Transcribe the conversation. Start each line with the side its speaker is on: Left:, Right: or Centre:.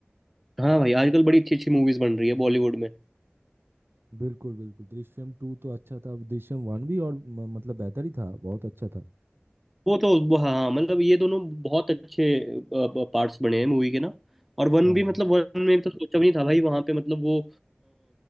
Centre: हाँ भाई आजकल बड़ी अच्छी अच्छी मूवीज बन रही है बॉलीवुड में
Right: बिल्कुल बिल्कुल दृश्यम टू तो अच्छा था दृश्यम वन भी और म- मतलब बेहतर ही था बहुत अच्छा था
Centre: वो तो वो हाँ हाँ, मतलब ये दोनों बहुत अच्छे पार्ट्स बने हैं मूवी के ना और वन
Right: हाँ
Centre: भी मतलब वन में तो सोचा भी नहीं था भाई वहां पे मतलब वो